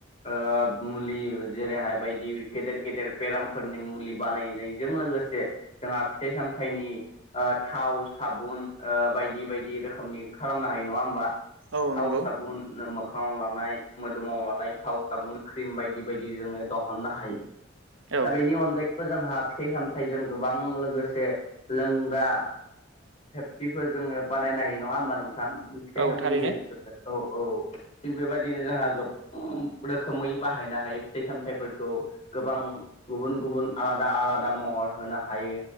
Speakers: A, on the left; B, on the right.
A: ओ मुलि जेरैहाय बायदि गेदेर गेदेर बेरामफोरनि मुलि बानायनायजों लोगोसे जोंहा फिथाइ साम थाइनि ओ थाव साबुन बायदि बायदि रोखोमनि खालामनो हायो नङा ओमबा।
B: औ
A: थाव
B: नंगौ
A: साबुन मोखाङाव लानाय मोदोमाव लानाय थाव साबुन क्रिम बायदि बायदि जोङो दिहुननो हायो
B: औ
A: दा बेनि अनगायै जोंहा फिथाइ सामथाइ जों गोबां लोगोसे लोंग्रा फेबसेफोर जोङो बानायनो हायो नङा होमबा नोंथां फिथाइ
B: औ
A: सामथाइनि
B: थारैनो
A: गेजेरजों औ औ थिग बेबायदिनो जोंहा गोबां रोखोमै बाहायनो हायो। फिथाइ सामथाइफोरखौ गोबां गुबुन गुबुन आलादा आलादा महर होनो हायो।